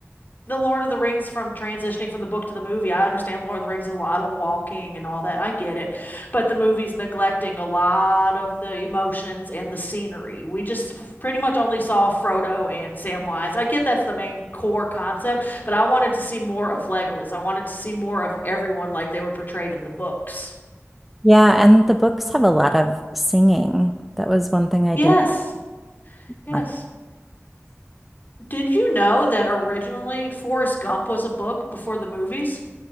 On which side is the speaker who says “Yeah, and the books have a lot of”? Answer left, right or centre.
Centre